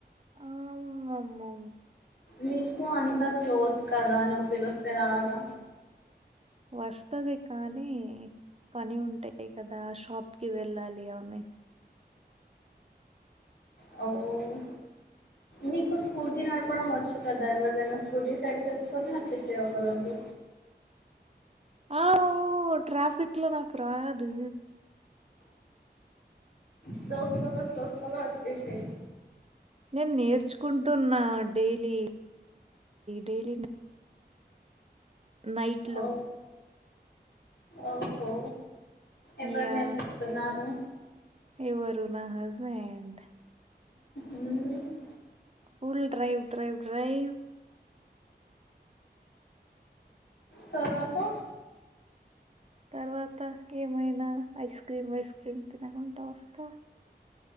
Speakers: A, on the right (about 35°); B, on the left (about 75°).
A: ఆమమ్మో
B: నీకు అనిత క్లోజ్ కదా నువ్వు పిలిస్తే రాదా
A: వస్తది కానీ పని ఉంటయి కదా షాప్ కి వెళ్ళాలి ఆమె
B: ఓ నీకు స్కూటీ నడపడం వచ్చు కదా ఎవరిదన్న స్కూటీ సెట్ చేసుకొని వచ్చేసై ఒక రోజు
A: ఆవ్ ట్రాఫిక్ల నాకు రాదు
B: స్లో స్లోగా స్లో స్లోగా వచ్చేసై
A: నేన్ నేర్చుకుంటున్నా డైలీ డైలీ నైట్లో
B: ఓ ఓహో ఎవరు
A: యా
B: నేర్పిస్తున్నారు
A: ఎవరు నా హస్బెండ్
B: ఉమ్
A: ఫుల్ డ్రైవ్ డ్రైవ్ డ్రైవ్
B: తర్వాత
A: తర్వాత ఏమైనా ఐస్ క్రీమ్ వైస్ క్రీమ్ తినకుంటా వస్తా